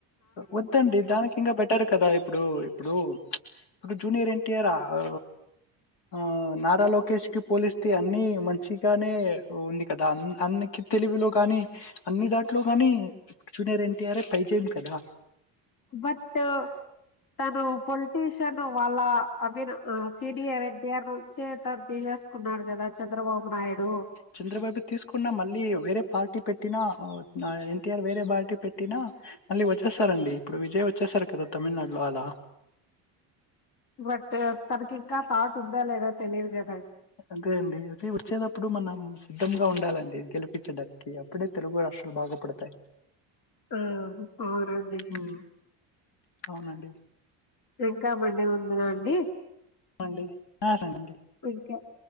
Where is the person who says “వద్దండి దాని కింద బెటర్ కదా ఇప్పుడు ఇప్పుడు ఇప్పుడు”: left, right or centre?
Left